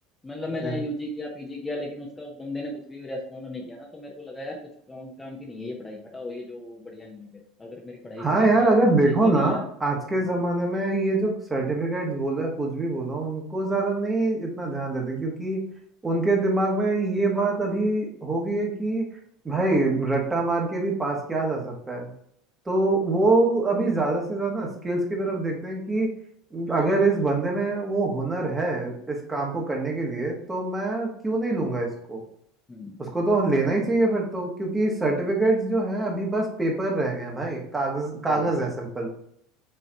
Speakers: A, on the left; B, on the right.
A: मतलब मैंने
B: है
A: यूजी किया पीजी किया लेकिन उसका उस बंदे ने कुछ भी रेस्पॉन्ड नहीं किया ना तो मेरे को लगा यार कुछ काम, काम की नहीं है ये पढ़ाई हटाओ ये जो वो बढ़िया नहीं है फिर अगर मेरी पढ़ाई इसमें
B: हाँ यार
A: इसने
B: अगर देखो
A: देखी
B: ना
A: नहीं यार
B: आज के
A: हम्म
B: जमाने में ये जो सर्टिफिकेट्स बोलो या कुछ भी बोलो उनको ज्यादा नहीं इतना ध्यान देते क्योंकि उनके दिमाग में ये बात अभी हो गई है कि भाई रट्टा मार के भी पास किया जा सकता है तो वो अभी ज्यादा से ज्यादा स्किल्स की तरफ देखते हैं कि अगर इस बंदे में वो हुनर है इस काम को करने के लिए तो मैं क्यों नहीं लूंगा इसको
A: हम्म,
B: उसको तो लेना ही चाहिए फिर तो क्योंकि सर्टिफिकेट्स
A: बिल्कुल
B: जो हैं अभी बस पेपर रह गए हैं भाई कागज कागज
A: सही बात
B: है
A: है
B: सिंपल